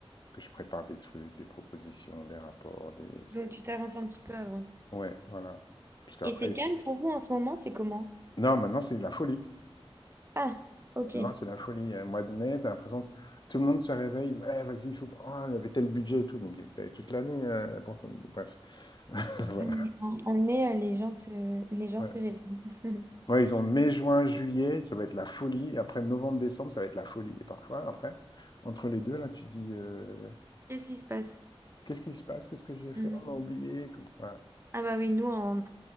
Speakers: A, on the left; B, on the right.
A: que je prépare des trucs, des propositions, des rapports, des...
B: Donc tu t'avances un petit peu avant.
A: Ouais, voilà. Parce qu'après...
B: Et c'est calme pour vous en ce moment, c'est comment?
A: Non, maintenant c'est la folie.
B: Ah, ok.
A: Maintenant c'est la folie. Euh, Mois de mai, t'as l'impression que tout le monde se réveille, ouais, vas-y, il faut... Oh, il y avait tel budget et tout, mais t'avais toute l'année euh, pour ton... Bref, <laughs> voilà.
B: On on on met euh, les gens se, les gens
A: Ouais.
B: se réveillent. <laughs>
A: Ouais, ils ont mai, juin, juillet, ça va être la folie. Après novembre, décembre, ça va être la folie. Et parfois, après, entre les deux, là, tu dis euh,
B: Qu'est-ce qui se passe?
A: qu'est-ce qui se passe? Qu'est-ce que j'ai
B: Mhm.
A: fait? On m'a oublié
B: <laughs>
A: et tout. Ouais.
B: Ah bah oui, nous, en,